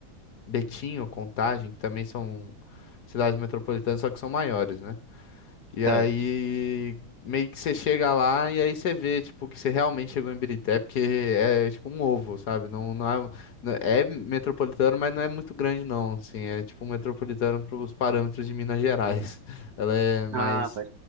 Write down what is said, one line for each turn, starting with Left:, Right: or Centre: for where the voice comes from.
Left: Betim ou Contagem, que também são cidades metropolitanas, só que são maiores, né? E
Right: certo.
Left: aí meio que você chega lá e aí você vê, tipo, que você realmente chegou em Birité, porque é tipo um ovo, sabe? Não, não é... não- é metropolitano, mas não é muito grande, não. Assim, é tipo um metropolitano para os parâmetros de Minas Gerais. <laughs> Ela é mais
Right: Ah, vai.